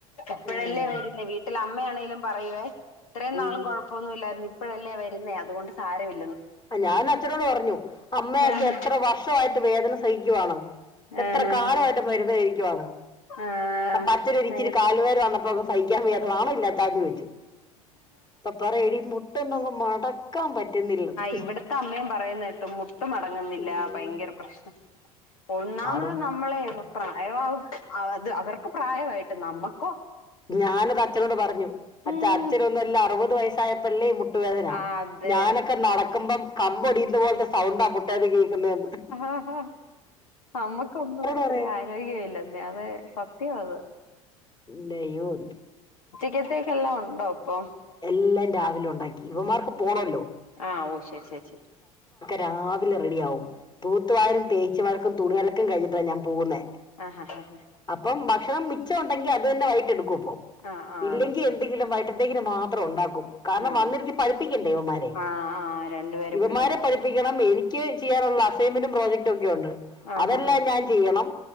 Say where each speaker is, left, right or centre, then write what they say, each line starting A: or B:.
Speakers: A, on the left; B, on the left.
A: ഇപ്പഴല്ലേ
B: ഉം
A: വരുന്നെ വീട്ടിലമ് അമ്മ ആണേലും പറയുവെ ഇത്രേം നാളും
B: ഉം
A: കൊഴപ്പൊന്നുല്ലാരുന്നു ഇപ്പഴല്ലേ വര്ന്നേ അതുകൊണ്ട് സാരവില്ല
B: അ ഞാൻ അച്ഛനോട് പറഞ്ഞു അമ്മയൊക്കെ
A: ആഹ്
B: എത്ര വർഷവായ്ട്ട് വേദന സയ്ക്കുവാണ് എത്ര
A: ആഹ് ആഹ്
B: കാലവായ്ട്ട് മരുന്നു കയ്ക്കുവാണ്
A: ആഹ്
B: ആ പറ്റൊരു ഒരിക്കിരി
A: നേര്
B: കാലുവേന വന്നപ്പോ സയ്ക്കാൻ വയ്യാത്ത നാണവില്ലെ അച്ഛാന് ചോയ്ച്ചു അപ്പ പറയ എടി മുട്ടൊന്നുവങ്ങ് മട ക്കാൻ പറ്റുന്നില്ലന്ന്
A: ഇവിട്ത്തെ അമ്മേം പറയ്ന്ന കേട്ടു മുട്ട് മടങ്ങ്ന്നില്ല
B: ഉം.
A: പയ്ങ്കര പ്രശ്നം ഒന്നാമത്
B: ആറ്
A: നമ്മളെ പ്രായം ആവും ആ അത് അവറ്ക്ക് പ്രായവായിട്ട് നമ്മക്കോ
B: ഞാനത് അച്ഛനോട് പറഞ്ഞു അച്ഛാ
A: ഉം
B: അച്ഛനൊന്നുവല്ല അറുപത് വയസ്സായപ്പള്ളേ മുട് മുട്ടുവേദന
A: അതെ
B: ഞാനൊക്കെ നടക്കുമ്പം കമ്പൊടിയ്ന്ന പോലത്തെ സൗണ്ടാ മുട്ടേന്ന് കേക്കുന്നേന്ന്
A: ആഹാഹ നമ്മക്കൊന്നു ഇത്ര
B: പറയാ
A: ആരോഗ്യവില്ലന്നെ അത് സത്യവാ അത്
B: നെയൂദ്
A: കത്തേക്കെല്ലാ ഒണ്ടോ അപ്പം
B: എല്ലാം രാവിലെ ഒണ്ടാക്കി ഇവമാർക്ക് പോണോല്ലോ
A: ആ ഓ ശെര് ശെര് ശെരി
B: രാവിലെ റെടി ആവും തൂത്തുവാരും തേച് മഴ്ക്കും തുണി അലക്കും കൈഞ്ഞിട്ടാ ഞാന് പോകുന്നേ
A: ആ ഹാ ഹ ഹ
B: അപ്പം ഭക്ഷണം മിച്ചവൊണ്ടങ്കി അത് തന്നെ വൈട്ടെടുക്കു അപ്പോ
A: ആഹ് ആണോ
B: ഇല്ലെങ്കി എന്തെങ്കിലും വൈട്ടതേക്കിന് മാത്രം ഇ എന്തെങ്കിലും വൈകട്ടെടുത്തേക്കിന് മാത്രം ഉണ്ടാകും കാരണം
A: ആഹ്
B: വന്നിരുത്തി പഠിപ്പിക്കണ്ടേ ഇവമ്മാരെ
A: ആഹ് ആഹ് രണ്ടുപേരെ
B: ഇവമ്മാരെ
A: പഠിപ്പിക്കണ്ടേ
B: പഠിപ്പിക്കണം എനിക്ക് ചെയ്യാനുള്ള അസെയ്മെന്റും പ്രൊജക്റ്റു ഒക്കെ ഒണ്ട്
A: ആഹ്
B: അതെല്ലാം ഞാചെയ്യണം